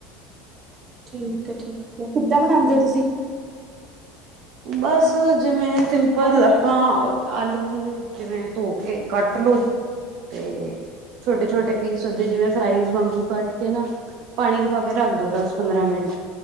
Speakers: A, on the right; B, on the right.
A: ਠੀਕ ਹੈ- ਠੀਕ ਕਿੱਦਾਂ ਬਣਾਂਦੇ ਤੁਸੀਂ?
B: ਬਸ ਜਿਵੇਂ ਸਿੰਪਲ,
A: ਹਮ
B: ਆਪਾਂ ਆਲੂ ਨੂੰ ਜਿਵੇਂ ਧੋ ਕੇ ਕੱਟ ਲੋੋ‌। ਤੇ, ਛੋਟੇ-ਛੋਟੇ ਪੀਸ ਓਦੇ, ਜਿਵੇਂ ਫਰਾਈਜ਼ ਵਾਂਗੂ ਕੱਟ ਕੇ ਨਾ ਪਾਣੀ ਚ ਪਾ ਕੇ ਰੱਖ ਦੋ, ਦਸ-ਪੰਦਰਾਂ ਮਿੰਟ